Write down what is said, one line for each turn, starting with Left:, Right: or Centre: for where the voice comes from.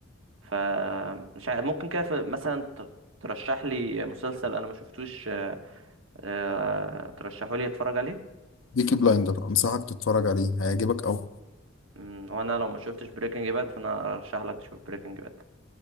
Right: فمش عارف ممكن كده في- مثلا ت- ترشح لي مسلسل انا ما شفتوش آه، آه، ترشحوا لي اتفرج عليه
Left: بيكي بلايندر أنصحك تتفرج عليه هيعجبك أوي
Right: مم، وانا لو ما شفتش بريكنج باد فانا ارشح لك تشوف بريكنج باد